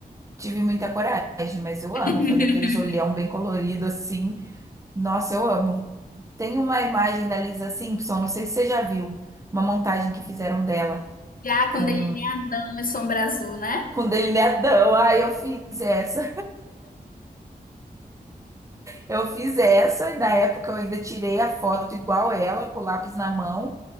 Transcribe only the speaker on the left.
<laughs>
Já com
delineadão e sombra azul, né?